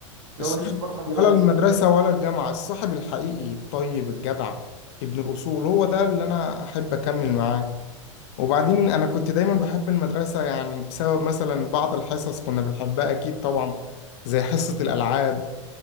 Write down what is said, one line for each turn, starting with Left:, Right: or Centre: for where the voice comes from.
Right: اللي
Left: الصاحب
Right: هو لسه صحابك لحد
Left: ولا
Right: دلوقتي
Left: المدرسه ولا الجامعه الصاحب الحقيقي الطيب الجدع ابن الاصول هو ده اللي انا احب اكمل معاه وبعدين انا كنت دايما بحب المدرسه يعني بسبب مثلا بعض الحصص كنا بنحبها اكيد طبعا زي حصه الالعاب